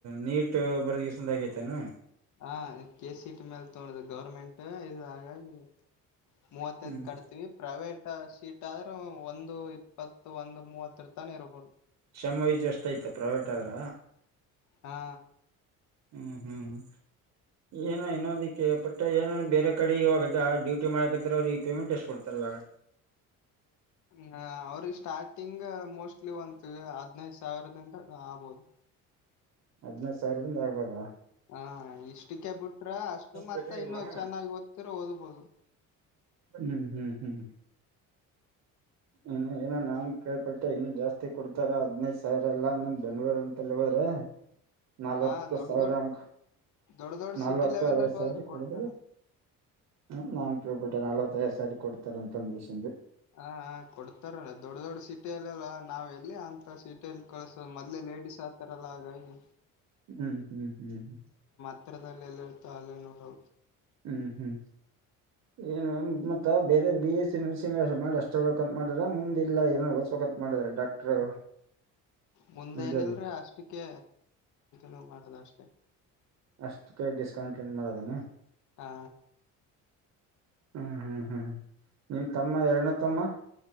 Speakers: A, on the right; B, on the left.
A: ನೀಟ್ ಬರದಷ್ಟಂದ ಆಗೈತನಾ
B: ಹಾ ಕೆ ಸಿ ಟಿ ಮೇಲ್ ತೊಗೊಂಡಿದೆ ಗೌರ್ಮೆಂಟ್ ಇದು ಹಾಗಾಗಿ ಮೂವತ್ತೈದ
A: ಹ್ಮ್
B: ಕಟ್ತೀವಿ ಪ್ರೈವೇಟ್ ಸೀಟ್ ಆದ್ರೂ ಒಂದು ಇಪ್ಪತ್ತು ಒಂದು ಮೂವತ್ತರ ತಾನ ಇರಬಹದು
A: ಕ್ಷಮ ವೈಜ್ಯು ಅಷ್ಟ ಆಯ್ತ ಪ್ರೈವೇಟ್ ಆದ್ರ
B: ಹಾ
A: ಹ್ಮ್ ಹ್ಮ್ ಹ್ಮ್ ಏನ ಇನ್ನೊದಕ್ಕೆ ಪಟ್ಟ ಏನ ಬೇರೆ ಕಡೆ ಇವಾಗ ಡ್ಯೂಟಿ ಮಾಡಕತ್ತರ ಅವ್ರಿಗೆ ಪೇಮೆಂಟ್ ಎಷ್ಟು ಕೊಡ್ತಾರ ಇವಾಗ
B: ಹ ಅವ್ರ ಸ್ಟಾರ್ಟಿಂಗ್ ಈ ಮೋಸ್ಟ್ಲಿ ಒಂತ ಹದ್ನೈದು ಸಾವಿರದಿಂದ ಆಗಬಹುದು
A: ಹದಿನೈದು ಸಾವಿರಲಿಂದ ಆಗ್ಬೋದಾ
B: ಹಾ ಇಷ್ಟಕ್ಕೆ ಬಿಟ್ರ ಅಷ್ಟು ಮತ್
A: ಬೇಕಾಗಿಲ್ಲ
B: ಇನ್ನು ಚೆನ್ನಾಗಿ ಓದ್ತಿರು ಓದ್ಬೋದು
A: ಹ್ಮ್ ಹ್ಮ್ ಹ್ಮ್ ಇನ್ನು ಏನ ನಾನ್ ಕೇಳ್ಪಟ್ಟೆ ಇನ್ನು ಜಾಸ್ತಿ ಕೊಡ್ತಾರ ಹದ್ನೈದ ಸಾವಿರ ಎಲ್ಲಮ್ ಬೆಂಗ್ಗಳೂರ್ ಅಂತಲ್ಲಿ ಹೋದ್ರೆ ನಲ್ವತ್ತು
B: ಹಾ ದೊಡ್ಡ
A: ಸಾವಿರಂಗ
B: ದೊಡ್ ದೊಡ್ಡ ದೊಡ್
A: ನಲ್ವತ್ತು
B: ಸಿಟಿ ಲೆವೆಲ್
A: ಐವತ್
B: ಅಲ್ಲಿ
A: ಸಾವ್ರ
B: ಹೋದ್ರು ಕೊಡ್ತಾರ
A: <unintelligible> ನಾನ್ ಕೇಲ್ಪಟ್ಟೆ ನಾಲ್ <unintelligible> ಕೊಡ್ತಾರೆ ಅಂತ ಒಂದ್ ವಿಶ್
B: ಹ ಹಾ ಕೊಡ್ತಾರಲ್ಲ ದೊಡ್ ದೊಡ್ ಸಿಟಿಯಲ್ಲಿ ಅಲ್ಲ ನಾವ್ ಎಲ್ಲಿ ಅಂತ ಸಿಟಿಯಲ್ ಕಳ್ಸೋ ಮೊದ್ಲೆ ಲೇಡಿಸ್ ಆಗ್ತಾರಲ್ಲ ಹಾಗಾಗಿ
A: ಹ್ಮ್ ಹ್ಮ್ ಹ್ಮ್ ಹ್ಮ್
B: ಅತ್ರದಲ್ ಎಲ್ಲ ಇರ್ತ ಅಲ್ಲ ನೋಡಿ
A: ಹ್ಮ್ ಹ್ಮ್ ಏನು ಮತ್ತ ಬೇರೆ ಬಿ ಎಸ್ಸಿ ನರ್ಸಿಂಗ್ ಮಾಡ ಅಷ್ಟಳ್ <unintelligible> ಮಾಡಾರ ಮುಂದ್ ಇಲ್ಲ ಏನನ್ ಓದ್ಸ್ಬೇಕಂತ್ ಮಾಡಿದ್ರ ಡಾಕ್ಟ್ರು
B: ಮುಂದೇನು
A: ಹಂಗದ್ರ
B: ಇಲ್ರಿ ಅಷ್ಟಿ ಕ್ಕೆ ಲೊವ್ ಮಾಡೋದ ಅಷ್ಟೆ
A: ಅಷ್ಟಕ್ಕೆ ಡಿಸ್ಕೌಂಟ್ ಏನ್ ಮಾಡೋದೇನು
B: ಹಾ
A: ಹ್ಮ್ ಹ್ಮ್ ಹ್ಮ್ ನಿನ್ ತಮ್ಮ ಎರ್ಡ್ನೇ ತಮ್ಮ